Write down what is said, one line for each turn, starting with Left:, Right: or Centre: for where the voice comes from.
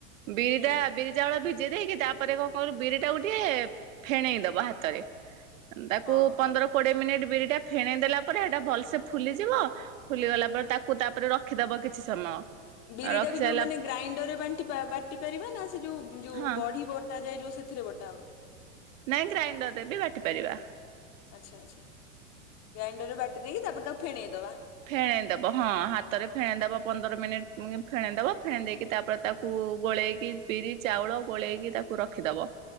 Right: ବିରିଟା
Left: ହୁଁ
Right: ବିରି ଚାଉଳ ଭିଜେଇ ଦେଇକି ତାପରେ କଣ କରୁ ବିରି ଟାକୁ ଟିକେ ଫେଣେଇ ଦବା ହାତରେ। ତାକୁ
Left: ହଁ ହଁ
Right: ପନ୍ଦର କୋଡିଏ ମିନିଟ୍ ବିରିଟା ଫେଣେଇ ଦେଲା ପରେ ହେଟା ଭଲସେ ଫୁଲିଯିବ ଫୁଲିଗଲା ପରେ ତାକୁ ତାପରେ ରଖିଦବ କିଛି ସମୟ।
Left: ବିରିଟାକୁ
Right: ରଖି ସାରିଲା
Left: ଯୁ ମାନେ ଗ୍ରାଇଣ୍ଡର ରେ ବାଣ୍ଟିବା ବାଟି ପାରିବା ନା ସେ ଯୁ ଯୁ
Right: ହଁ
Left: ବଢି ଟା ଯାଇ ସେଥିରେ ବଟା ହବ?
Right: ନାଇଁ ଗ୍ରାଇଣ୍ଡରରେ ବି ବାଟି ପାରିବା।
Left: ଆଚ୍ଛା ଆଚ୍ଛା ଗ୍ରାଇଣ୍ଡରରେ ବାଟି ଦେଇକି ତାପରେ ତାକୁ ଫେଣେଇଦବା।
Right: ଫେଣେଇଦବ ହଁ ହାତରେ ଫେଣେଇଦବ ପନ୍ଦର ମିନିଟ ଫେଣେଇଦବ ଫେଣେଇ ଦେଇକି ତାପରେ ତା କୁ ଗୋଳେଇକି ବିରି ଚାଉଳ ଗୋଳେଇକି ତାକୁ ରଖିଦବ।